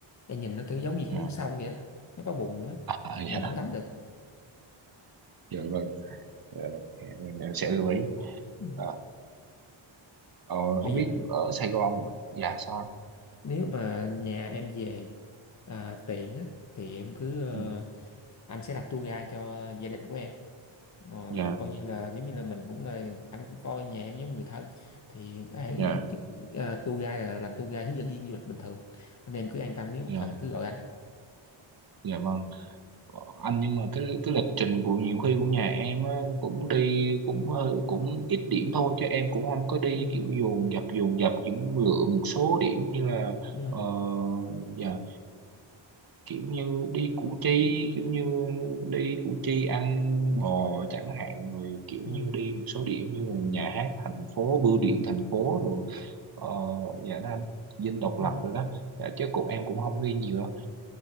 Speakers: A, on the left (about 40°); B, on the right (about 45°).
A: em nhìn nó tự giống như
B: dạ
A: cái nước sông
B: <laughs>
A: vậy á nó có bùn á
B: à,
A: mình
B: dạ
A: không tắm được
B: dạ vâng dạ, rồi. em em sẽ lưu ý
A: Ừ.
B: à Ờ,
A: bây
B: không biết
A: giờ
B: ở Sài Gòn dạ sao anh
A: nếu mà nhà em về à, tiện á thì em cứ ờ,
B: ừ.
A: anh sẽ làm tour guide cho gia đình của em Ờ,
B: dạ
A: coi như là nếu như là mình cũng là anh cũng coi nhà em giống người thân thì hãy
B: dạ
A: giúp à, tour guide là làm tour guide hướng dẫn viên du lịch bình thường nên em cứ an tâm nếu mà
B: dạ
A: cần cứ gọi anh
B: dạ vâng Ờ, anh nhưng mà cái cái lịch trình của nhiều khi của nhà em á, cũng đi cũng hơi cũng ít điểm thôi chứ em cũng không có đi
A: ừ,
B: kiểu dồn dập dồn dập cũng lựa một số điểm như là
A: ừ,
B: ờ, dạ kiểu như đi Củ Chi kiểu như đi Củ Chi ăn bò chẳng hạn rồi kiểu
A: ừ,
B: như đi một số điểm như là nhà hát thành phố bưu điện thành phố rồi Ờ, dạ đó anh Dinh độc
A: ừ.
B: lập rồi đó dạ, chứ cụ em cũng không đi nhiều đâu